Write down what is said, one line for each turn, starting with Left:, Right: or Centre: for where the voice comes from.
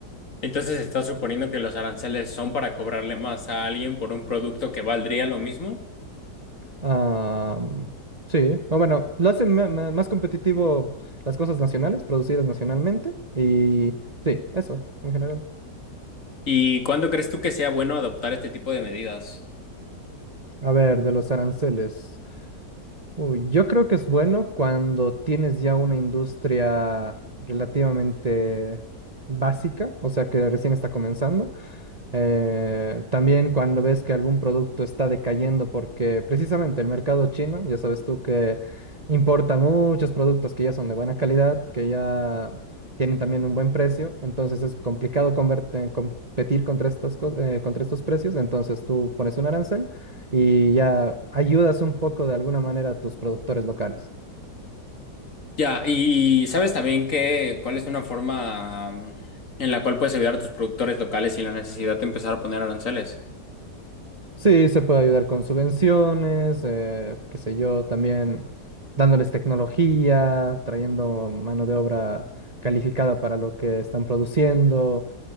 Left: Entonces, ¿estás suponiendo que los aranceles son para cobrarle más a alguien por un producto que valdría lo mismo?
Right: Ah, sí, o bueno, lo hace ma- ma- más competitivo las cosas nacionales, producidas nacionalmente, y sí, eso, en general.
Left: ¿Y cuándo crees tú que sea bueno adoptar este tipo de medidas?
Right: A ver, de los aranceles. Uy, yo creo que es bueno cuando tienes ya una industria relativamente básica, o sea que recién está comenzando, Eh, también cuando ves que algún producto está decayendo, porque precisamente el mercado chino, ya sabes tú que importa muchos productos que ya son de buena calidad, que ya tienen también un buen precio, entonces es complicado converte- competir contra estas cos- eh, contra estos precios, entonces tú pones un arancel y ya ayudas un poco de alguna manera a tus productores locales.
Left: Ya, y sabes también que cuál es una forma mm, en la cual puedes ayudar a tus productores locales sin la necesidad de empezar a poner aranceles.
Right: Sí, se puede ayudar con subvenciones, eh, qué sé yo, también dándoles tecnología, trayendo mano de obra calificada para lo que están produciendo.